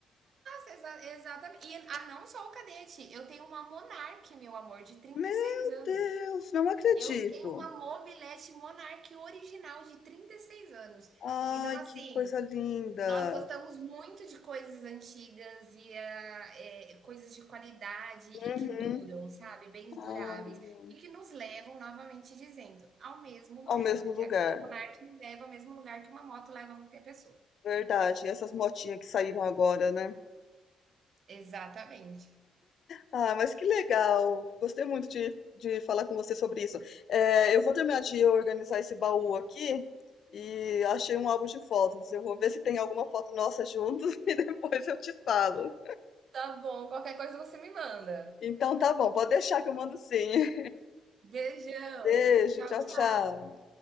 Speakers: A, on the right; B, on the left.
A: Exa- exatamente. E ah, não só o cadete, eu tenho uma Monark, meu amor, de trinta
B: meu
A: e seis anos.
B: Deus, não acredito.
A: Eu tenho uma mobilete Monark original de 36 anos.
B: Ai,
A: Então, assim,
B: que coisa linda.
A: nós gostamos muito de coisas antigas e ah, é, coisas de qualidade e
B: Uhum.
A: que duram, sabe? Bens
B: Ah,
A: duráveis e que nos levam, novamente dizendo, ao mesmo
B: ao
A: lugar,
B: mesmo
A: porque
B: lugar,
A: a bike me leva ao mesmo lugar que uma moto leva qualquer pessoa.
B: verdade. E essas motinhas que saíram agora, né?
A: Exatamente.
B: Ah, mas que legal! Gostei muito de, de falar com você sobre isso. É, eu vou terminar de organizar esse baú aqui e achei um álbum de fotos. Eu vou ver se tem alguma foto nossa juntos <laughs> e depois eu te falo.
A: Tá bom, qualquer coisa você me manda.
B: Então tá bom, pode deixar que eu mando sim.
A: Beijão.
B: Beijo,
A: Tchau,
B: tchau,
A: tchau.
B: tchau.